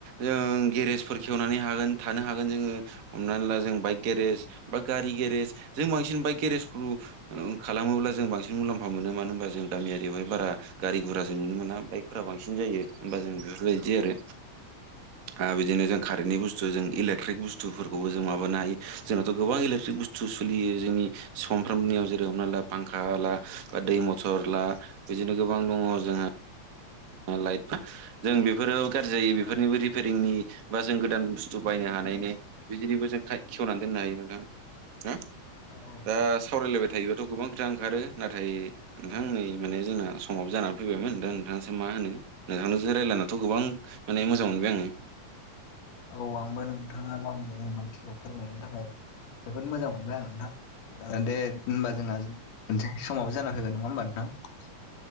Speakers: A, on the right; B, on the left.
A: जों गेरेजफोर खेवनानै हागोन थानो हागोन जोङो हमनानै ला जों बाइक गेरेज बा गारि गेरेज जों बांसिन बाइक गेरेजखौ खालामोब्ला जों बांसिन मुलाम्फा मोनो मानो होनबा जों गामियारियावहाय बारा गारि गुराजों नुनो मोना बाइकफोरा बांसिन जायो होमबा जों बेफोरबायदि आरो। आरो बिदिनो जों कारेन्टनि बुस्थु जों इलेक्ट्रिक बुस्थुफोरखौबो जों माबानो हायो जोंनाथ' गोबां इलेट्रिक बुस्थ थु सोलियो जोंनि सानफ्रामबोनियाव जेरै हमना ला फांखा ला बा दै मथर ला बिदिनो गोबां दङ जोंहा लाइट बा जों बेफोरो गाज्रि जायो
B: औ
A: बेफोरनिबो रिंनि बा जों गोदान बुस्थु बायनो हानायनि बिदिनिबो जों खेवनानै दोननो हायो नोंथां। हा
B: औ औ
A: दा सावरायलायबाय थायोबाथ' गोबां खोथा ओंखारो नाथाय नोंथां
B: औ
A: नै माने जोंना सम समाबो जानानै फैबायमोन दा नोंथाङासो मा होनो नोंथांजों रायज्लायनाथ' गोबां माने मोजां मोनबाय आङो
B: औ आंबो नोंथाङा गावनि रोंगौथिखौ फोरमायनि थाखाय जोबोद मोजां मोनबाय आं नोंथां। दे होनबा जोंहा दोनसै समावबो जाना फैबाय नङा होमबा नोंथां